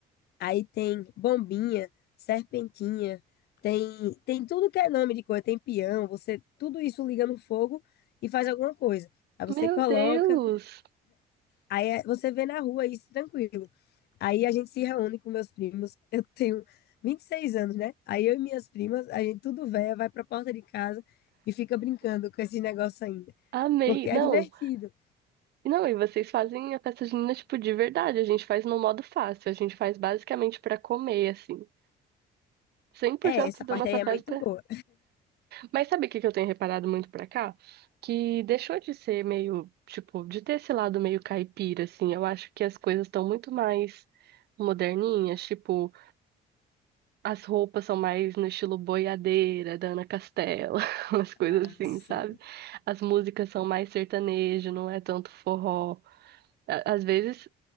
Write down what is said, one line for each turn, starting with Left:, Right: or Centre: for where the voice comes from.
Left: Aí tem bombinha, serpentinha, tem tem tudo que é nome de coisa. Tem peão. Você tudo isso liga no fogo e faz alguma coisa. Aí você
Right: Meu
Left: coloca.
Right: Deus,
Left: Aí é- você vê na rua isso tranquilo. Aí a gente se reúne com meus primos. Eu tenho 26 anos, né? Aí eu e minhas primas, a gente tudo véia, vai pra porta de casa e fica brincando com esse negócio ainda.
Right: amei.
Left: Porque é
Right: Não,
Left: divertido.
Right: não, e vocês fazem a festa junina, tipo, de verdade. A gente faz no modo fácil, a gente faz basicamente pra comer, assim. Cem por
Left: É,
Right: cento
Left: essa
Right: da
Left: parte
Right: nossa
Left: aí é muito
Right: festa.
Left: boa.
Right: Mas sabe o que que eu tenho reparado muito pra cá? Que deixou de ser meio, tipo, de ter esse lado meio caipira, assim. Eu acho que as coisas estão muito mais moderninhas, tipo, as roupas são mais no estilo boiadeira, da Ana Castela, <laughs> umas coisas
Left: Ah,
Right: assim,
Left: sim.
Right: sabe? As músicas são mais sertanejo, não é tanto forró. A- Às vezes,